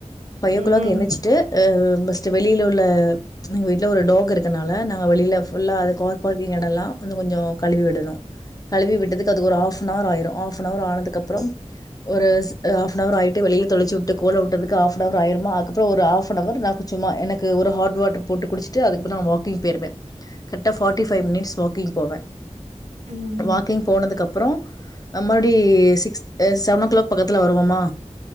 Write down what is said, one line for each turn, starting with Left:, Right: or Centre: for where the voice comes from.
Left: ஃபைவ்
Right: ம்
Left: ஓ கிளாக் எந்திச்சிட்டு ஆஹ் பஸ்டு வெளில உள்ள எங்க வீட்ல ஒரு டாக் இருக்கனால நா வெளில ஃபுல்லா அது கார் பார்க்கிங் எடல்லா வந்து கொஞ்சோ கழுவி விடணு கழுவி விட்டதுக்கு அது ஒரு ஆஃப் நவர் ஆயிரும் ஆஃப் ஃபனவர் ஆனதுக்கு அப்றோ ஒரு ஸ் ஆஃப்ஃபனர் ஆயிட்டு வெளில தொழுச்சு வுட்டு கோல வுட்டதுக்கு ஆஃப்ஃபனவர் ஆயிருமா அதுக்கப்பறோ ஒரு ஆஃப்ஃபனவரர் நா குச் சும்மா எனக்கு ஒரு ஹாட் வாட்டர் போட்டு குடிச்சுட்டு அதுக்கப்றோ நா வாக்கிங் போய்ருவே கரைக்டா ஃபாட்டி
Right: ம்
Left: ஃபைவ் மினிட்ஸ் வாக்கிங் போவே
Right: ம்
Left: வாக்கிங் போனதுக்கு அப்றோ மறுடி சிக்ஸ்த் ஆஹ் செவனோக் கிளாக் பக்கத்துல வருவோமா